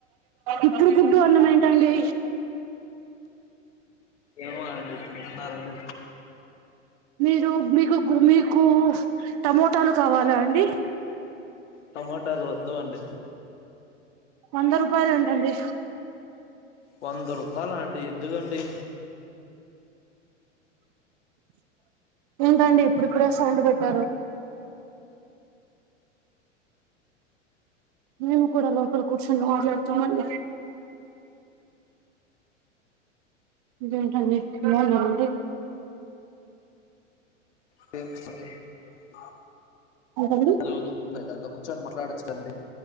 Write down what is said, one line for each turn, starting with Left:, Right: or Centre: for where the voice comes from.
Right: ఇప్పుడు గుడ్డు అన్నం ఏంటండి
Left: ఏమో అండి తింటున్నరండి
Right: మీరు మీకు మీకు టమోటాలు కావాలా అండి
Left: టమాటాలు వద్దు అండి
Right: వంద రూపాయలు అంట అండి
Left: వంద రూపాయాలండి ఎందుకండి
Right: ఏంటండి ఇప్పుడుప్పుడే సౌండ్ పెట్టారు మేము కూడా లోపల కూర్చొని మాట్లాడుతామండి ఇంకేం టండి బాగున్నా రండి
Left: తర్చంటడి <unintelligible> అ
Right: ఏంటండి
Left: హాలో ఇద అ కూర్చొని మాట్లాడచ్చుదండి